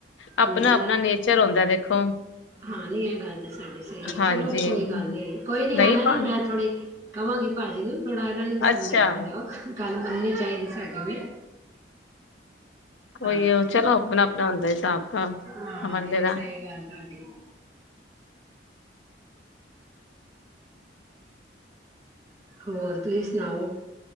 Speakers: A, on the left (about 85°); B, on the right (about 15°).
A: ਆਪਣਾ
B: ਹੁਣ ਤਾਂ
A: ਆਪਣਾ
B: ਨਾ
A: ਨੇਚਰ ਹੁੰਦਾ ਦੇਖੋ
B: ਹਾਂ ਨੀ ਇਹ ਗੱਲ ਤਾਂ ਸਾਡੀ ਸਹੀ ਹੈ
A: ਹਾਂਜੀ
B: ਚਲੋ ਕੋਈ ਗੱਲ ਨੀ ਕੋਈ ਨੀ
A: ਨਹੀਂ
B: ਆਉਣਾ
A: ਪਾ
B: ਮੈਂ ਥੋੜ੍ਹੀ ਕਵਾਂਗੀ ਭਾਜੀ ਨੂੰ ਥੋੜਾ ਇਹਨਾਂ ਨੂੰ ਵੀ ਸਮਝਾ
A: ਅੱਛਾ
B: ਕੇ ਜਾਓ, ਗੱਲ ਮੰਨਣੀ ਚਾਹੀਦੀ ਸਾਡੀ ਵੀ
A: ਕੋਈ
B: ਹਾਂ।
A: ਉਹ ਚਲੋ ਆਪਣਾ ਆਪਣਾ ਹੁੰਦਾ ਹਿਸਾਬ ਤਾਂ
B: ਹਾਂ
A: ਬੰਦੇ
B: ਨਹੀਂ ਨਹੀਂ
A: ਦਾ
B: ਸਹੀ ਗੱਲ ਤੁਹਾਡੀ, ਹੋਰ ਤੁਸੀਂ ਸੁਣਾਓ,